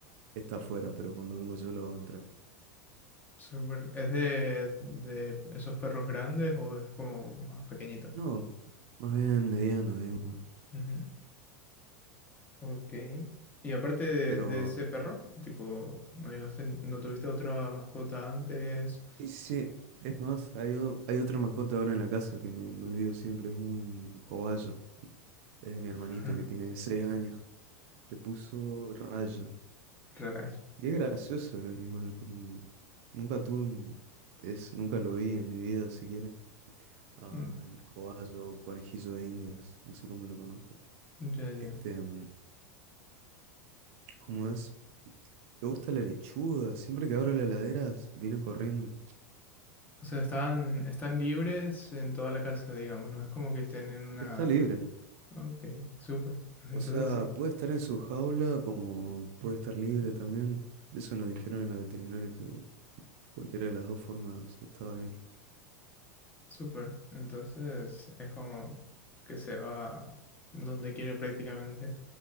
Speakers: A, on the right; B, on the left.
A: está afuera, pero cuando vengo yo lo hago entrar.
B: Súper. ¿Es de, de esos perros grandes o es como más pequeñito?
A: No, más bien mediano, digamos.
B: Ujú, Ok. Y aparte de,
A: Pero
B: de ese perro, tipo, ¿no llevaste- no tuviste otra mascota antes?
A: sí, sí, es más, hay, o- hay otra mascota ahora en la casa que me, me olvido siempre, es un cobayo. Es de mi
B: <laughs>
A: hermanito que tiene seis años. Le puso Rayo.
B: Rayos.
A: Y es gracioso el animal, como nunca tuve un- es, nunca lo vi en mi vida siquiera. Al
B: Mm,
A: cobayo, conejillo de Indias, no sé cómo lo conozco.
B: Ya, ya.
A: Este, mm, ¿cómo es? Me gusta la lechuga. Siempre que abro la heladera s- vienen corriendo.
B: O sea, están, están libres en toda la casa, digamos, no es como que estén en una...
A: Está libre.
B: Ok, súper. <laughs> Entonces
A: O sea,
B: sí,
A: puede estar en su jaula como puede estar libre también. Eso nos dijeron en la veterinaria que cualquiera de las dos formas estaba bien.
B: súper. Entonces es como que se va donde quiere prácticamente.